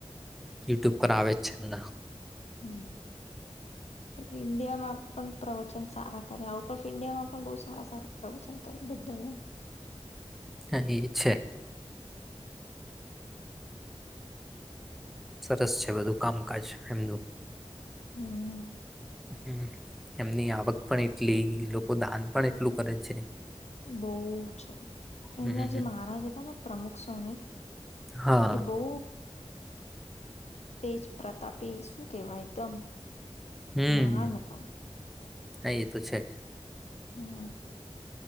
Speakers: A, in the centre; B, on the left.
A: યુટ્યુબ પર આવે છે ન.
B: હમ્મ પન ઈન્ડિયામાં પણ પ્રવચન સારા કરે આઉટ ઓફ ઇન્ડિયામાં પણ બહુ સારા સારા પ્રવચન કરે બધા એવા.
A: અ એ છે. સરસ છે બધું કામકાજ એમનું.
B: હમ્મ હમ્મ.
A: હમ્મ એમની આવક પણ એટલી લોકો દાન પણ એટલું કરે છે.
B: બહુ છે. એમના
A: હમ,
B: જે મહારાજ હતા ને પ્રમુખ સ્વામી
A: હા
B: એ બહુ તેજ પ્રતાપી શું કહેવાય એકદમ
A: હમ
B: મહાન હતા.
A: હા એ તો છે જ.
B: હમ્મ.